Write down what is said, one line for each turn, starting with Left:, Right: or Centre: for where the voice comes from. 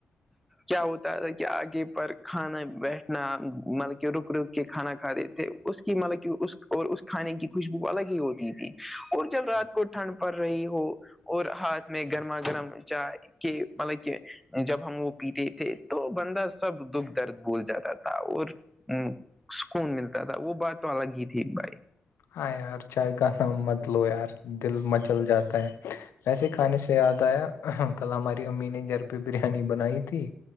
Centre: کیا ہو کہ آگے پر کھانا بیٹھنا مطلب کے رک رک کے کھانا کھا دیتےے اس کی مطلب اس اور اس کھانے کی خوشبو الگ ہی ہوتی تھی اور جب رات کو ٹھنڈ پڑ رہی ہو اور ہاتھ میں گرما گرم چائے کے مطلب کہ جب ہم وہ پیتے تھے تو بندہ سب دکھ درد بول جاتا تھا اور ہ سکون ملتا تھا وہ بات تو الگ ہی تھی بھائی
Left: ہاں یار چائے کا نام مت لو یار دل مچل جاتا ہے وسے کھانے سے یاد آیا کل ہماری امی نے گھر پہ بریانی بنائی تھی